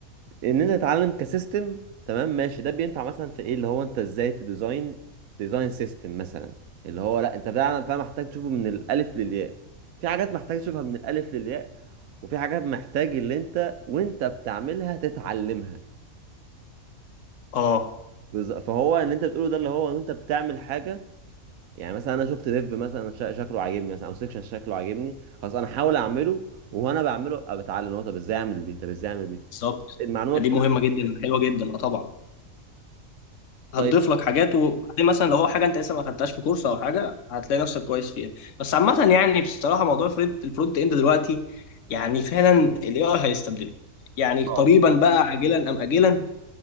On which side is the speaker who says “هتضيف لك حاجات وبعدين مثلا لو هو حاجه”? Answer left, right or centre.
Left